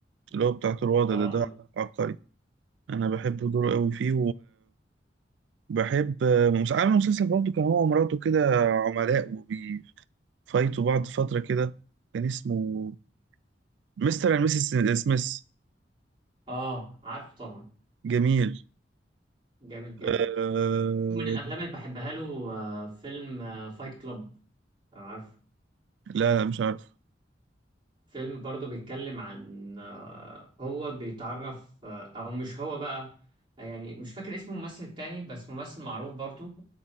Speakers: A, on the right; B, on the right.
A: اللي هو بتاع تروادة
B: اه
A: ده ده
B: أنا-
A: عبقري انا بحب دوره قوي فيه وبحب آه، مس- عامل مسلسل برضه كان هو ومراته كده عملاء وبيفايتوا بعض فتره كده كان اسمه مستر اند ميسيس سميث
B: اه عارفه طبعا
A: جميل
B: جامد جدا
A: أه
B: من الافلام اللي بحبها له آه، فيلم فايت كلاب عارف
A: لا لا مش عارف
B: فيلم برضو بيتكلم عن آه، هو بيتعرف آه، او مش هو بقى يعني مش فاكر اسم الممثل التاني بس ممثل معروف برضو